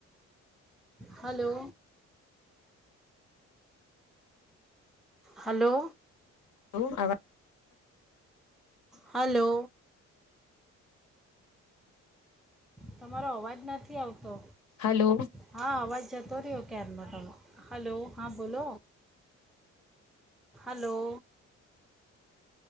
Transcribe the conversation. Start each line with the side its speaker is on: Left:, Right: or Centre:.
Centre: hello, hello.
Left: ઓ અવા
Centre: હલો. તમારો અવાજ નથી આવ તો,
Left: આવા હલો
Centre: હા અવાજ જતો રહ્યો ક્યાર નો <unintelligible> હલો હા બોલો. હલો.